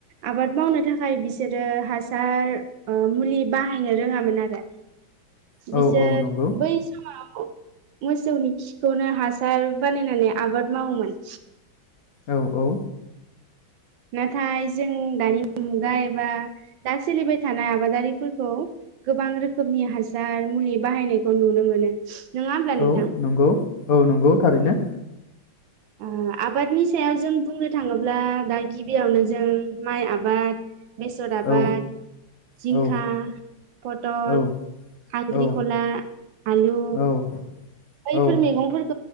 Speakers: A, on the right; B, on the left.
A: आबाद मावनो थाखाय बिसोरो हासार ओ मुलि बाहायनो रोंङामोन आरो
B: औ
A: बिसोर
B: औ नंगौ
A: बै समाव मोसौनि खि खौनो हासार बानायनानै आबाद मावोमोन
B: औ औ
A: नाथाय जों दानि मुगा एबा दा सोलिबाय थानाय आबादारिफोरखौ गोबां रोखोमनि हासार मुलि बाहायनायखौ नुनो मोनो। नङा होमब्ला नोंथां
B: औ नंगौ औ नंगौ थारैनो
A: ओ आबादनि सायाव जों बुंनो थांङोब्ला दा गिबियावनो जों माइ आबाद बेसर आबाद
B: औ
A: जिंखा
B: औ
A: पटल
B: औ
A: खांख्रिखला
B: औ
A: आलु
B: औ
A: बैफोर
B: औ
A: मैगंफोर